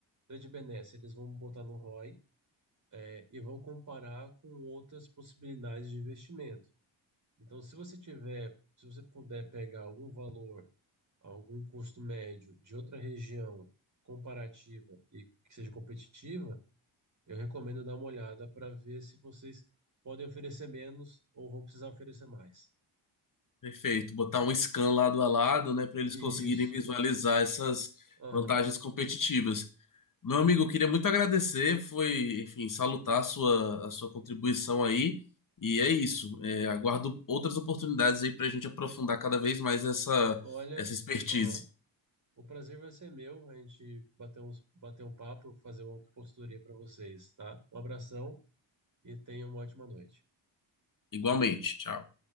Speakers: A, on the right; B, on the left.
A: dá de benesse, eles vão botar no ROI, é, e vão comparar com outras possibilidades de investimento. Então, se você tiver, se você puder pegar algum valor, algum custo médio de outra região comparativa e que seja competitiva Eu recomendo dar uma olhada para ver se vocês podem oferecer menos ou vão precisar oferecer mais.
B: Perfeito, botar um scan lado a lado, né, para eles
A: Isso.
B: conseguirem visualizar essas
A: Aham.
B: vantagens competitivas. Meu amigo, eu queria muito agradecer, foi, enfim, salutar a sua, a sua contribuição aí, e é isso. É, aguardo outras oportunidades aí para a gente aprofundar cada vez mais essa,
A: Olha,
B: essa expertise.
A: aham. O prazer vai ser meu. A gente bater uns, bater um papo, fazer uma consultoria para vocês, tá? Um abração e tenham uma ótima noite.
B: Igualmente, tchau.